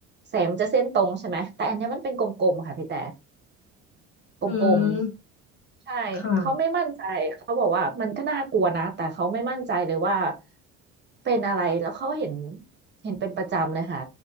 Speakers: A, on the right; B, on the left.
A: แสงมันจะเส้นตรงใช่ไหมแต่อันเนี้ยมันเป็นกลมๆค่ะพี่แต่ กลม
B: อืม
A: ๆใช่เขาไม่มั่นใจเขาบอกว่ามันก็น่ากลัวนะแต่เขาไม่มั่นใจเลยว่า
B: ค่ะ
A: เป็นอะไรแล้วเขาเห็นเห็นเป็นประจำเลยค่ะ